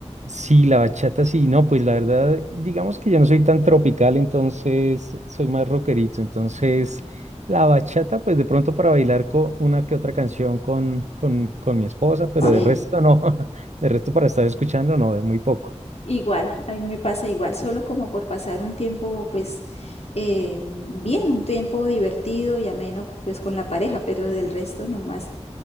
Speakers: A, on the right (about 75°); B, on the left (about 60°).
A: sí, la bachata sí, no, pues la verdad, digamos que yo no soy tan tropical, entonces soy más rockerito, entonces la bachata, pues de pronto para bailar con una que otra canción con, con, con mi esposa, pero
B: Sí,
A: de resto no, <laughs> de resto para estar escuchando no, es muy poco.
B: Igual, a mí me pasa igual, solo como por pasar un tiempo, pues, eh, bien, un tiempo divertido y ameno, pues, con la pareja, pero del resto nomás.